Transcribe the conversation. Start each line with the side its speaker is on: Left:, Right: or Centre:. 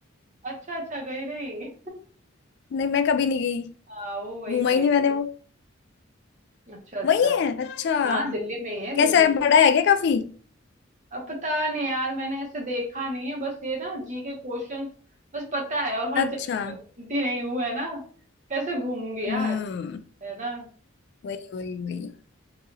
Right: अच्छा अच्छा गई रही
Left: नहीं मैं कभी नहीं गई
Right: <laughs> हाँ वो वही
Left: घूमा ही
Right: पे
Left: नहीं मैंने
Right: है
Left: वो
Right: अच्छा अच्छा
Left: वही है अच्छा
Right: हाँ दिल्ली में ही है
Left: कैसा
Right: दिल्ली
Left: है
Right: में
Left: बड़ा
Right: ही है।
Left: है क्या काफी
Right: अब पता नहीं यार मैंने ऐसे देखा नहीं है बस ये ना जी के क्वेश्चन बस पता है और हर
Left: अच्छा
Right: जगह तो मैं घूमती नहीं हूँ है ना कैसे घूमूंगी यार
Left: हम्म
Right: है ना
Left: वही वही वही